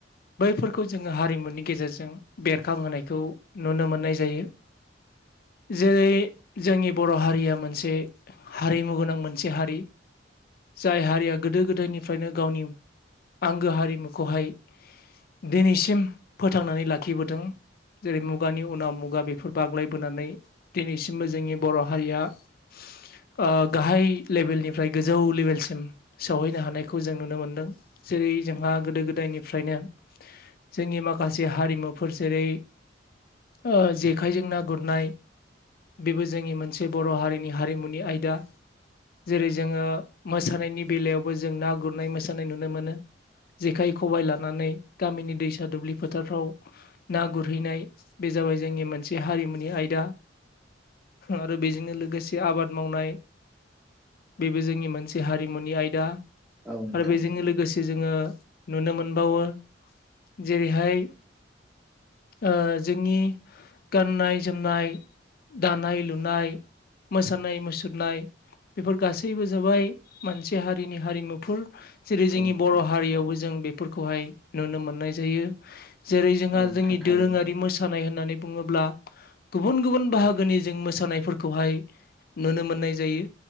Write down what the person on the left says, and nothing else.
बैफोरखौ जोङो हारिमुनि गेजेरजों बेरखांहोनायखौ नुनो मोननाय जायो। जेरै जोंनि बर' हारिया मोनसे हारिमु गोनां मोनसे हारि। जाय हारिया गोदो गोदायनिफ्रायनो गावनि आंगो हारिमुखौहाय दिनैसिम फोथांनानै लाखिबोदों। जेरै मुगानि उनाव मुगा बेफोर बाग्लायबोनानै दिनैसिमबो जोंनि बर' हारिया ओ गाहाय लेभेलनिफ्राय गो जौ लेभेलसिम सौहैनो हानायखौ जों नुनो मोनदों। जेरै जोंहा गोदो गोदायनिफ्रायनो जोंनि माखासे हारिमुफोर जेरै ओ जेखाइजों ना गुरनाय बेबो जोंनि मोनसे बर' हारिनि हारिमुनि आयदा जेरै जोङो मोसानायनि बेलायावबो जों ना गुरनाय मोसानाय नुनो मोनो‌। जेखाइ खबाइ लानानै गामिनि दैसा दुब्लि फोथारफ्राव ना गुरहैनाय बे जाबाय जोंनि मोनसे हारिमुनि आयदा। आरो बेजोंनो लोगोसे आबाद मावनाय बेबो जोंनि मोन से हारिमुनि आयदा
आरो बेजोंनो लोगोसे जोङो नुनो मोनबावो जेरैहाय ओ जोंनि गाननाय जोमनाय दानाय लुनाय मोसानाय मुसुरनाय बेफोर गासैबो जाबाय मोनसे हारिनि हारिमुफोर। जेरै जोंनि
बर' हारियावबो जों बेफोरखौहाय नुनो मोननाय जायो जेरै जोंहा
जोंनि
दोरोङारि मोसानाय होननानै बुङोब्ला गुबुन गुबुन बाहागोनि जों मोसानायफोरखौहाय नुनो मोननाय जायो।